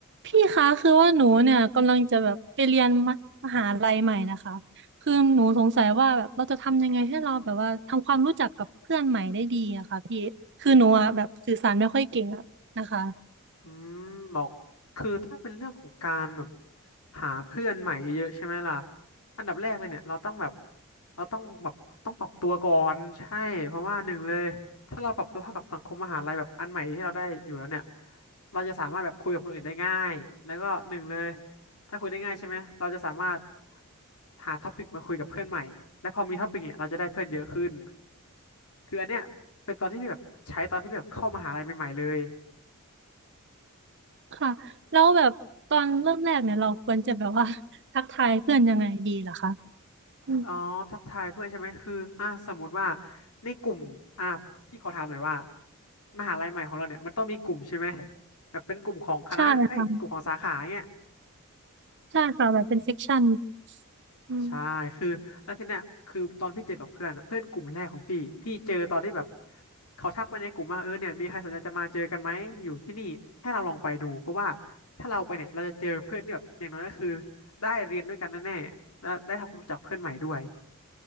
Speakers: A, on the right; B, on the left.
A: พี่คะคือว่าหนูเนี่ยกำลังจะแบบไปเรียนมมหาลัยใหม่นะคะคือหนูสงสัยว่าแบบเราจะทำยังไงให้เราแบบว่าทำความรู้จักกับเพื่อนใหม่ได้ดีอะค่ะพี่คือหนูอะแบบสื่อสารไม่ค่อยเก่งอะนะคะ
B: อืมบอกคือถ้าเป็นเรื่องของการแบบหาเพื่อนใหม่เยอะๆใช่ไหมล่ะอันดับแรกเลยเนี่ยเราต้องแบบเราต้องแบบต้องปรับตัวก่อนใช่เพราะว่าหนึ่งเลยถ้าเราปรับตัวเข้ากับสังคมมหาลัยแบบอันใหม่ที่เราได้อยู่แล้วเนี่ยเราจะสามารถแบบคุยกับคนอื่นได้ง่ายแล้วก็หนึ่งเลยถ้าคุยได้ง่ายใช่ไหมเราจะสามารถหาท็อปิกมาคุยกับเพื่อนใหม่และพอมีท็อปิกเนี่ยเราจะได้เพื่อนเยอะขึ้นคืออันเนี้ยเป็นตอนที่แบบใช้ตอนที่แบบเข้ามหาลัยใหม่ๆเลย
A: ค่ะแล้วแบบตอนเริ่มแรกเนี่ยเราควรจะแบบว่า <laughs> ทักทายเพื่อนยังไงดีล่ะคะอืม
B: อ๋อทักทายเพื่อนใช่ไหมคืออ่ะสมมติว่าในกลุ่มอ่ะพี่ขอถามหน่อยว่ามหาลัยใหม่ของเราเนี่ยมันต้องมีกลุ่มใช่ไหมแบบเป็นกลุ่มของคณะเอ้ยกลุ่มของสาขาเนี่ย
A: ใช่ค่ะใช่ค่ะแบบเป็นเซกชันอืม
B: ใช่คือแล้วทีเนี้ยคือตอนพี่เจอกับเพื่อนอะเพื่อนกลุ่มแรกของพี่พี่เจอตอนที่แบบเขาทักไปในกลุ่มว่าเออเนี่ยมีใครสนใจจะมาเจอกันไหมอยู่ที่นี่ให้เราลองไปดูเพราะว่าถ้าเราไปเนี่ยเราจะเจอเพื่อนที่แบบอย่างน้อยก็คือได้เรียนด้วยกันแน่ๆและได้ทำความรู้จักเพื่อนใหม่ด้วย